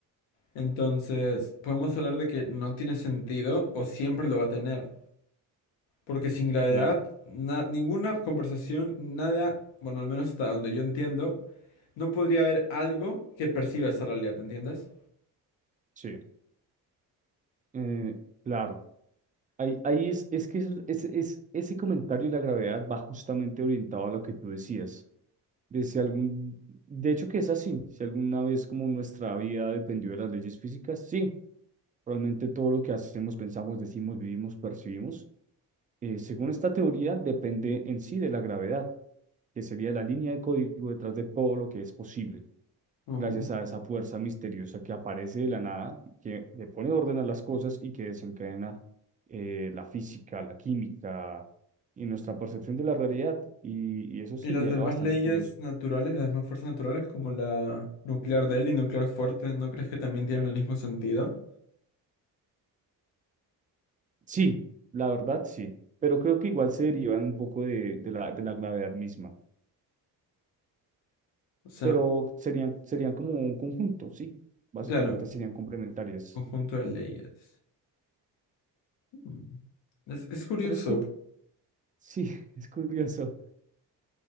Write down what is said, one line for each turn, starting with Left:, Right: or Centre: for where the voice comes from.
Left: Entonces,
Right: Mm,
Left: podemos hablar de que no tiene sentido o siempre lo va a tener. Porque sin gravedad,
Right: Claro,
Left: na- ninguna conversación, nada, bueno, al menos hasta donde yo entiendo, no podría haber algo que perciba esa realidad, ¿entiendes?
Right: sí. Eh, claro. Ahí, ahí es, es que eso- es, es- ese comentario y la gravedad va justamente orientado a lo que tú decías. De si algún, de hecho que es así, si alguna vez como nuestra vida dependió de las leyes físicas, sí, realmente todo lo que hacemos, pensamos, decimos, vivimos, percibimos, eh, según esta teoría, depende en sí de la gravedad, que sería la línea de código detrás de todo lo que es posible
Left: Oh,
Right: gracias a esa fuerza misteriosa que aparece de la nada, que le pone orden a las cosas y que desencadena eh, la física, la química y nuestra percepción de la realidad. Y, y eso sería
Left: Y las demás
Right: bastante
Left: leyes
Right: curioso.
Left: naturales, las demás fuerzas naturales, como la nuclear débil y nuclear fuerte, ¿no crees que también tienen el mismo sentido?
Right: Sí, la verdad sí, pero creo que igual se derivan un poco de, de la, de la gravedad misma,
Left: O sea,
Right: pero serían, serían como un conjunto, sí, básicamente
Left: claro,
Right: serían complementarias.
Left: conjunto de leyes. Mm. Es, es curioso,
Right: Pero es, cur- sí, <laughs> es curioso.